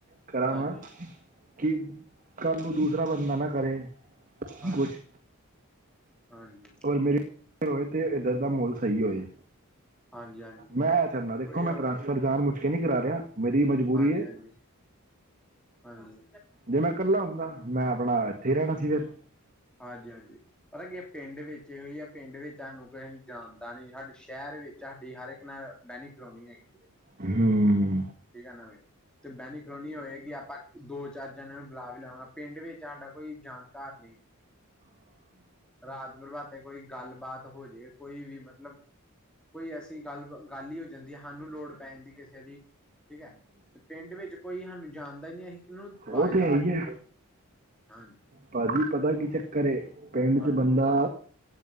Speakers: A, on the right; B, in the centre.
A: ਕਰਾਂਗਾ।
B: ਹਾਂਜੀ
A: ਕਿ ਕੱਲ ਨੂੰ ਦੂਸਰਾ ਬੰਦਾ ਨਾ ਕਰੇ।
B: ਹਾਂਜੀ-ਹਾਂਜੀ।
A: ਕੁਛ ਔਰ ਮੇਰੇ ਹੋਏ ਤੇ ਇੱਧਰ ਦਾ ਮਾਹੌਲ ਸਹੀ ਹੋਏ।
B: ਹਾਂਜੀ ਹਾਂਜੀ
A: ਮੈਂ ਇਹ ਚੱਲਨਾ ਦੇਖੋ,
B: ਇਹ
A: ਮੈਂ ਟਰਾਂਸਫਰ ਜਾਣ ਮੁਛਕੇ ਨੀ ਕਰਾ ਰਿਹਾ। ਮੇਰੀ ਮਜਬੂਰੀ
B: ਹਾਂਜੀ-ਹਾਂਜੀ,
A: ਹੈ
B: ਹਾਂਜੀ।
A: ਜੇ ਮੈਂ ਇਕੱਲਾ ਹੁੰਦਾ। ਮੈਂ ਆਪਣਾ ਇੱਥੇ ਹੀ ਰਹਿਣਾ ਸੀ ਫਿਰ।
B: ਹਾਂਜੀ-ਹਾਂਜੀ। ਪਤਾ ਕੀ ਆ ਪਿੰਡ ਵਿੱਚ ਇਹ ਹੀ ਆ ਪਿੰਡ ਵਿੱਚ ਸਾਨੂੰ ਜਾਣਦਾ ਨੀ ਸਾਡੇ ਸ਼ਹਿਰ ਤੁਹਾਡੀ ਵਿੱਚ ਸਾਡੀ ਹਰ ਇੱਕ ਨਾਲ ਬੈਨੀ ਖਲੋਣੀ ਹੈਗੀ ਏ।
A: ਹਮ।
B: ਠੀਕ ਏ ਨਾ ਵੀ ਤੇ ਬੈਨੀ ਕਲੋਣੀ ਹੋਏਗੀ। ਆਪਾਂ ਦੋ ਚਾਰ ਜਾਨਾਂ ਨੂੰ ਬੁਲਾ ਵੀ ਲਵਾਗਾ ਪਿੰਡ ਵਿੱਚ ਸਾਡਾ ਕੋਈ ਜਾਣਕਾਰ ਨਹੀਂ। ਰਾਤ ਬਰਭਾਤੇ ਕੋਈ ਗੱਲਬਾਤ ਹੋਜੇ ਕੋਈ ਵੀ ਮਤਲਬ ਕੋਈ ਐਸੀ ਗੱਲ-ਗੱਲ ਹੀ ਹੋ ਜਾਂਦੀ ਏ। ਸਾਨੂੰ ਲੋੜ ਪੈ ਜਾਂਦੀ ਆ ਕਿਸੇ ਦੀ। ਠੀਕ ਏ ਤੇ ਪਿੰਡ ਵਿੱਚ ਕੋਈ ਸਾਨੂੰ ਜਾਣਦਾ ਨੀ ਅਸੀ ਕੀਨੂੰ ਵਾਜ
A: ਉਹ ਤੇ
B: ਦੇਵਾਂ।
A: ਹੈ ਹੀ ਹੈ
B: ਹਾਂਜੀ।
A: ਭਾਜੀ ਪਤਾ ਕੀ ਚੱਕਰ ਏ ਪਿੰਡ
B: ਹਾਂਜੀ
A: ਚ ਬੰਦਾ